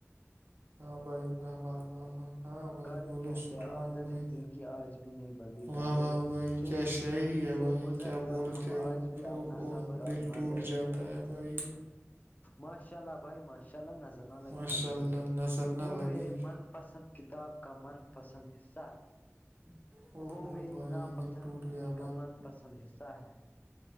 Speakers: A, on the right; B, on the left.
A: ہاں بھائی واہ واہ واہ واہ ہاں بھائی
B: غالب
A: بولو
B: کہتے
A: سن
B: ہیں عادت
A: رہا ہوں بھائی
B: اس دل کی آج بھی نہیں بدلی غالب
A: واہ واہ بھائی
B: تیری
A: کیا شاعری
B: گلی
A: ہے
B: سے
A: بھائی
B: گزر
A: کیا
B: کر
A: بولتے
B: ہم آج
A: ہو آپ
B: بھی اپنا
A: اوہ اوہ
B: صبر
A: دل
B: آزماتے
A: ٹوٹ
B: ہیں
A: جاتا ہے بھائی
B: ماشاء اللہ بھائی ماشاء اللہ نظر نہ لگے
A: ماشاء
B: نظر
A: اللہ
B: نہ لگے
A: نظر نہ
B: وہ
A: لگی
B: میرے من پسند کتاب کا من پسند حصہ ہے
A: اوہ
B: وہ
A: اوہ
B: میری
A: بھائی
B: ناپسند
A: دل ٹوٹ
B: زندگی
A: گیا
B: کا من پسند حصہ ہے